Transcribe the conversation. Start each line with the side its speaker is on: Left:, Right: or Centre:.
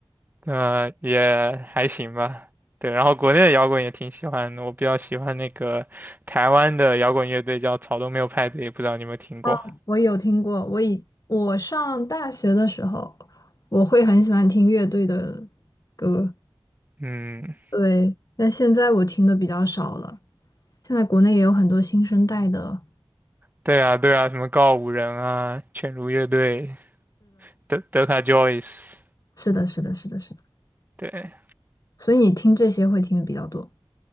Right: 呃，也还行吧。对，然后国内的摇滚也挺喜欢的，我比较喜欢那个台湾的摇滚乐队叫草东没有派对，不知道你有没有听过？
Left: 哦，我有听过。我以我上大学的时候，我会很喜欢听乐队的歌，
Right: 嗯，
Left: 对。但现在我听的比较少了。现在国内也有很多新生代的，
Right: 对啊，对啊，什么告五人啊，犬儒乐队，德德卡 Joyce，
Left: 是的，是的，是的，是的。
Right: 对，
Left: 所以你听这些会听的比较多。